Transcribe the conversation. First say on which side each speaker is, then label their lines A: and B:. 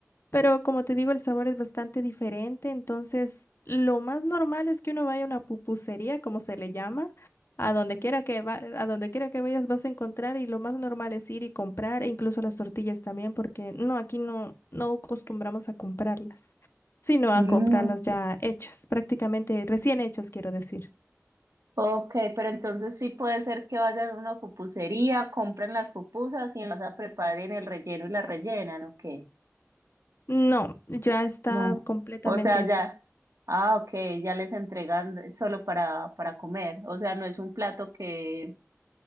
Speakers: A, on the left; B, on the right.
A: Pero como te digo, el sabor es bastante diferente, entonces lo más normal es que uno vaya a una pupusería, como se le llama, a donde quiera que va, a donde quiera que vayas vas a encontrar y lo más normal es ir y comprar, e incluso las tortillas también, porque no, aquí no, no acostumbramos a comprarlas, sino
B: Mm,
A: a comprarlas ya hechas, prácticamente recién hechas, quiero decir.
B: ok, pero entonces sí puede ser que vayan a una pupusería, compren las pupusas y en casa preparen el relleno y la rellenan, ok.
A: No, ya está
B: No,
A: completamente
B: O sea, ya,
A: hecha.
B: ah, ok, ya les entregan solo para, para comer. O sea, no es un plato que,